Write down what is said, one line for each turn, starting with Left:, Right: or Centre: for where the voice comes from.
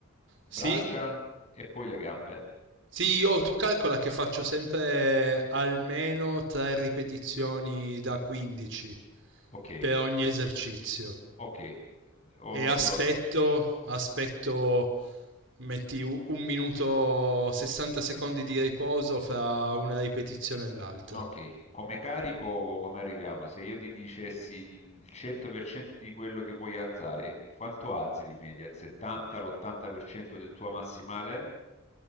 Left: braccia
Right: Sì,
Left: e poi le gambe.
Right: Sì, io tu calcola che faccio sempre almeno tre ripetizioni da 15
Left: Ok,
Right: per ogni esercizio
Left: ok. O-
Right: e aspetto,
Left: Allora,
Right: aspetto, metti un, un minuto 60 secondi di riposo fra una ripetizione e l'altra.
Left: ok, come carico come arriviamo? Se io ti dicessi il il 100% di quello che puoi alzare, quanto alzi di media? Il 70, l'80% del tuo massimale?